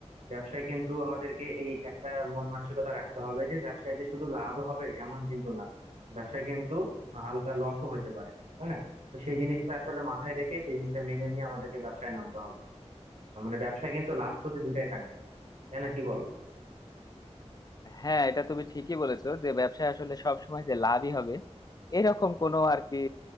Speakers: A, on the right; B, on the left.
A: ব্যবসায় কিন্তু আমাদেরকে এই একটা মন মানসিকতা রাখতে হবে যে ব্যবসায় যে শুধু লাভ হবে এমন কিন্তু না ব্যবসায় কিন্তু হালকা লসও হইতে পারে তাই না তো সেই জিনিসটা আসলে মাথায় রেখে সেই জিনিসটা মেনে নিয়ে আমাদেরকে ব্যবসায় নামতে হবে তার মানে ব্যবসায় কিন্তু লাভ ক্ষতি দুইটাই থাকবে তাই না কি বলো
B: হ্যাঁ এটা তুমি ঠিকই বলেছো যে ব্যবসায় আসলে সব সময় যে লাভই হবে এরকম কোনো আর কি